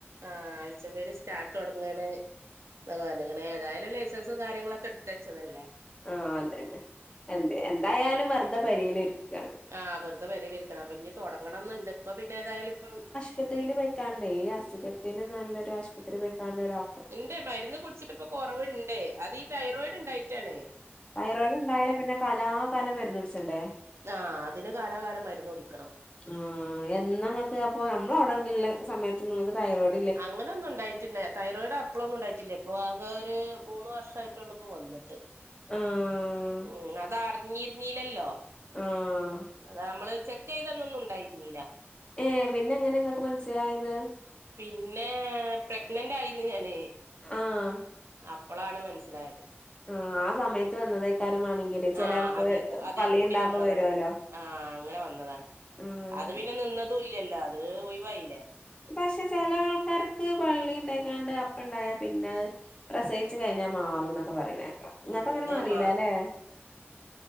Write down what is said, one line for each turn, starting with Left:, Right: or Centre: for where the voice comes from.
Right: ആഹ് ആഴ്ച പേര് സ്റ്റാർട്ട്ടൊങ്ങണ് ഒക്കെ പറഞ് അങ്ങനെ ഏതായാലും ലൈസൻസും കാര്യങ്ങളൊക്കെ എടുത്തച്ചതല്ലേ
Left: ആഹ് അതെന്നെ എന്ത് എന്തായാലും വേർത പേരേല് ഇരിക്ക
Right: ആഹ് വെറുത പേരേൽ ഇരിക്കണം അപ്പൊ ഇനി തുടങ്ങണംന്നുണ്ട് ഇപ്പ പിന്നെ ഏതായാലും ഇപ്പം
Left: ആശുപത്രിയിൽ വെക്കാണ്ട് ഈ അസുഖത്തിന് നല്ലൊരു ആശുപത്രി വെക്കാണ്ട് ഒരാ
Right: ഇണ്ട് മരുന്ന് കുടിച്ചിട്ട് ഇപ്പൊ കൊറവിണ്ടെ അതീ തൈറോയിഡ് ഇണ്ടായിറ്റാണേ
Left: തൈറോയിട് ഇണ്ടായ പിന്നെ കലാകാലം മരുന്ന്ടിച്ചണ്ടേ
Right: ആഹ് അതിന് കാലാകാലം മരുന്ന് കുടിക്കണം
Left: ആഹ് എന്നാങ്ങക്ക്
Right: ഉം
Left: അപ്പൊ നമ്മൾ അവിടെ ഇള്ള സമയത്ത് നിന്നക്ക് തൈയിറോയ്ട്
Right: അങ്ങനൊന്നും ഉണ്ടായി പിന്നെ തൈറോയിഡ് അപ്പ്ളൊന്നും ഉണ്ടായിട്ടില്ലേ ഇപ്പൊ ആകെ ഒര് മൂന്ന് വർഷയിട്ടുള്ളൂ ഇപ്പോ വന്നിട്ട്
Left: ആഹ്
Right: ഉം അതറിഞ്ഞിരിന്നീലല്ലോ
Left: ആഹ്
Right: അതമ്മള് ചെക്ക് ചെയ്തന്നൊന്നും ഉണ്ടായിരുന്നില്ല
Left: ഏഹ് പിന്നെ എങ്ങനെ ഇങ്ങക്ക് മനസ്സിലായത്
Right: പിന്നെ പ്രഗ്നന്റ് ആയിന്ന് ഞാന്
Left: ആഹ്
Right: അപ്പളാണ് മനസ്സിലായത്
Left: ആഹ് ആ സമയത്ത് വന്നതേക്കാര്യമാണെങ്കില് ചില
Right: ആഹ്
Left: ആൾക്ക്
Right: അതി അതീ
Left: പള്ളി
Right: കൂടി
Left: ഇണ്ടാമ്പോ
Right: വന്നതാണ്
Left: വരുവല്ലോ
Right: ആഹ് അങ്ങനെ വന്നതാണ്
Left: ആഹ്
Right: അത് പിന്നെ നിന്നതും ഇല്ലല്ലോ അത് ഒയിവായില്ലേ
Left: പക്ഷെ ചെല ആൾ കാർക്ക് പള്ളി ഇണ്ടാക്കാണ്ട് അപ്പ ഇണ്ടായ പിന്നെ അത് പ്രസയിച്ചു കഴിഞ്ഞാൽ മാറും എന്നൊക്കെ പറയണ് നിങ്ങക്ക്
Right: ഉണ്ട്
Left: അങ്ങനെ മാറില
Right: മാ
Left: അല്ലേ